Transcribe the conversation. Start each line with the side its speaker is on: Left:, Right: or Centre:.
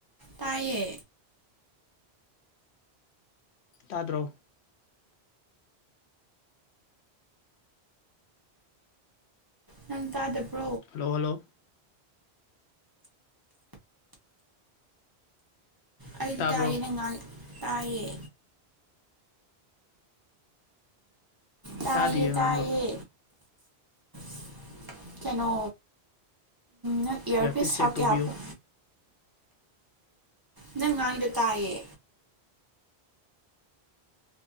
Right: ꯇꯥꯏꯌꯦ
Left: ꯇꯥꯗ꯭ꯔꯣ
Right: ꯅꯪ ꯇꯗꯕ꯭ꯔꯣ
Left: ꯍꯜꯂꯣ ꯍꯜꯂꯣ
Right: ꯑꯩꯗꯤ
Left: ꯇꯥꯕ꯭ꯔꯣ
Right: ꯇꯥꯢꯌꯦ ꯅꯪ ꯉꯥꯡ ꯇꯥꯏꯌꯦ ꯇꯥꯏꯌꯦ
Left: ꯇꯥꯗꯤꯌꯦ ꯑꯉꯥꯡꯕ
Right: ꯇꯥꯏꯌꯦ <inaudible> ꯀꯩꯅꯣ ꯅꯪ ꯏꯌꯥꯔꯄꯤꯁ
Left: ꯏꯌꯔ ꯄꯤꯁ ꯆꯦꯛ
Right: ꯍꯥꯞꯀꯦ
Left: ꯇꯧꯕꯤꯌꯨ
Right: ꯍꯥꯞꯄꯣ ꯅꯪ ꯉꯥꯡꯉꯤꯗꯣ ꯇꯥꯏꯌꯦ